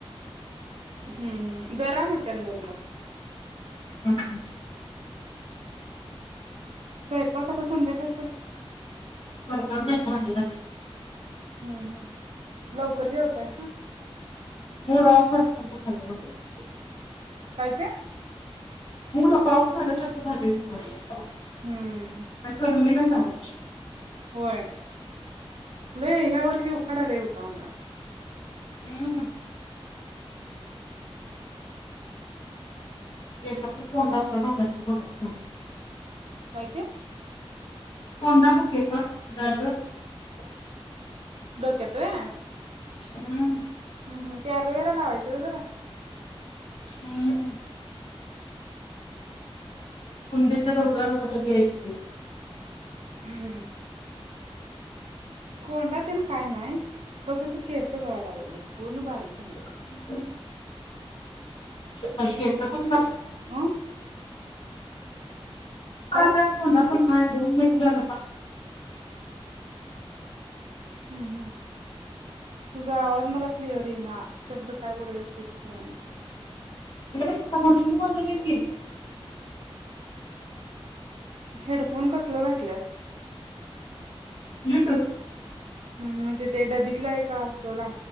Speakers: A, on the right; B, on the left.
A: हम्म हम्म जरा मो ठ्यान बोल मग.
B: <unintelligible>
A: <unintelligible> स्वयपाक आता संध्याकाळच.
B: <unintelligible>
A: हं हं. लवकर जेवतायसा?
B: <inaudible>
A: काय ते
B: मूड <unintelligible>
A: हम्म
B: <inaudible> झाल.
A: होय, लय ह्या वर्षी उखाडा होता उन्हाळा
B: <unintelligible> केसातील कोंडा आत्ता <unintelligible>
A: काय ते
B: <inaudible>
A: डोक्यात हाय
B: हम्म
A: हूं हूं ते अलोवेरा लावायचं ग जरा
B: हूं कुंडीच्या डोक्यावर अस घ्यायच ते
A: <inaudible> कोंडात तेन काय नाही फगत केस तं गळायला लागल्यात बघ पूर्ण बारीक झालत.
B: ते. केस पण <unintelligible>
A: अ काय
B: अन त्यात कोंडा पण हा दोन महिने झाल <unintelligible>
A: हूं हूं तुझा आवाज मला क्लिअर ये ना शब्द काय बोलायलिस तेच कळना.
B: व्हय म्हंटल <unintelligible> बोलवलय की
A: हेडफोन कसल घाटल्यास
B: लिटच
A: हूं म्हणजे ते डबीतल एक का आसला